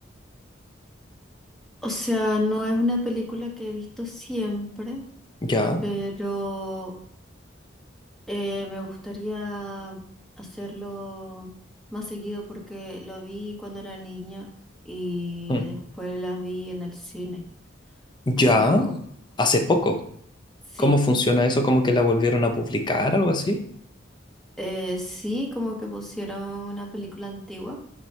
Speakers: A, in the centre; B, on the left (about 25°).
A: O sea, no es una película que he visto siempre,
B: ¿Ya?
A: pero eh, me gustaría hacerlo más seguido porque lo vi cuando era niña y
B: Mm.
A: después las vi en el cine
B: ¿Ya?
A: hace poco.
B: ¿Hace poco?
A: Sí,
B: ¿Cómo funciona eso? ¿Como que la volvieron a publicar, algo así?
A: eh, sí, como que pusieron una película antigua,